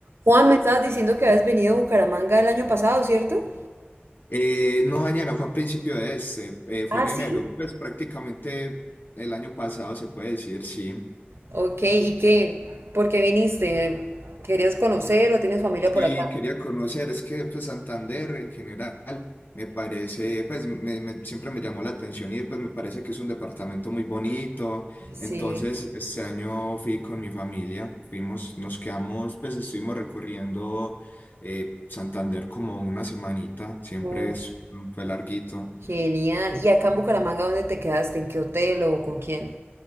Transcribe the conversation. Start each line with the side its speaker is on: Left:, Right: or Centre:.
Right: Juan, me estabas diciendo que habías venido a Bucaramanga el año pasado, ¿cierto?
Left: Eh, no, Daniela, fue a principio de este, eh, fue
Right: Ah,
Left: en
Right: sí.
Left: enero, pues prácticamente el año pasado se puede decir, sí.
Right: Ok, ¿y qué? ¿Por qué viniste? ¿Querías conocer o tienes familia por
Left: Sí,
Right: acá?
Left: quería conocer, es que pues, Santander en general me parece, pues me- me- siempre me llamó la atención y pues me parece que es un departamento muy bonito. Entonces,
Right: Sí.
Left: este año fui con mi familia, fuimos, nos quedamos, pues estuvimos recorriendo eh, Santander como una semanita, siempre
Right: Uf,
Left: es- fue larguito.
Right: genial. ¿Y acá en Bucaramanga dónde te quedaste? ¿En qué hotel o con quién?